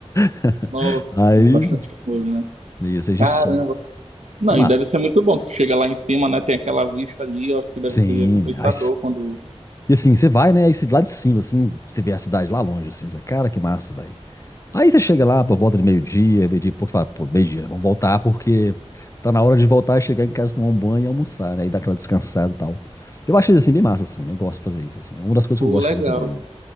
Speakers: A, on the left; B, on the right.
A: <laughs>
B: Nossa,
A: Aí,
B: bastante coisa, né?
A: isso, a
B: Caramba.
A: gente sobe.
B: Não,
A: É massa.
B: e deve ser muito bom, que você chega lá em cima, né? Tem aquela vista ali, eu acho que deve
A: Sim,
B: ser recompensador
A: ai,
B: quando.
A: E assim, você vai, né? Aí você, lá de cima, assim, você vê a cidade lá longe, assim, você, cara, que massa, velho. Aí você chega lá, por volta de meio-dia, meio-dia e pouco, você fala, pô, meio-dia, vamos voltar, porque tá na hora de voltar, chegar em casa, tomar um banho e almoçar, né? E dar aquela descansada e tal. Eu achei, assim, bem massa, assim, eu gosto de fazer isso, assim. É uma das coisas
B: Pô,
A: que eu gosto
B: legal.
A: de fazer também.